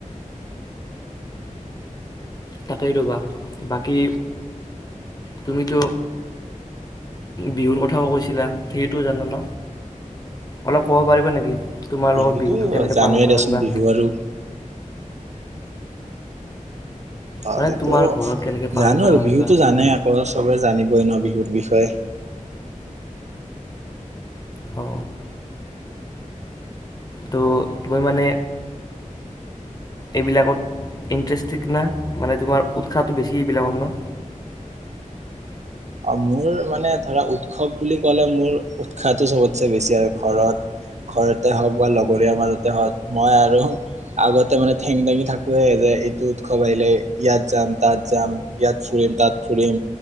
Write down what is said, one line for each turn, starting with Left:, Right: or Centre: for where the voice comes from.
Left: তাকেই ৰ'বা। বাকী তুমিতো বিহুৰ কথাও কৈছিলা সেইটো জানা ন, অলপ ক'ব পাৰিবা নেকি? তোমাৰ
Right: বিহুতো
Left: লগত বিহুটো কেনেকে
Right: জানুৱাৰীত
Left: পালন কৰা
Right: আছেন
Left: হয় বা
Right: বিহু আৰু। অ
Left: মানে
Right: সেইটো
Left: তোমাৰ ঘৰত কেনেকে পালন
Right: জানো
Left: কৰা
Right: আৰু
Left: হয়
Right: বিহুতো
Left: বা
Right: জানে
Left: সেনেকুৱা
Right: আকৌ চবেই জানিবই ন বিহুৰ বিষয়ে।
Left: অ। তো তুমি মানে এইবিলাকত ইন্টাৰেষ্টেক না। মানে তোমাৰ উৎসাহটো বেছি এইবিলাকত ন?
Right: অ মোৰ মানে ধৰা উৎসৱ বুলি ক'লে মোৰ উৎসাহটো চবতচে বেছি আৰু ঘৰত। ঘৰতে হওক বা লগৰীযয়া মাজতে হওক। মই আৰু আগতে মানে ঠেং দাঙি থাকোৱে যে এইটো উৎসৱ আহিলে ইয়াত যাম তাত যাম ইয়াত ফুৰিম তাত ফুৰিম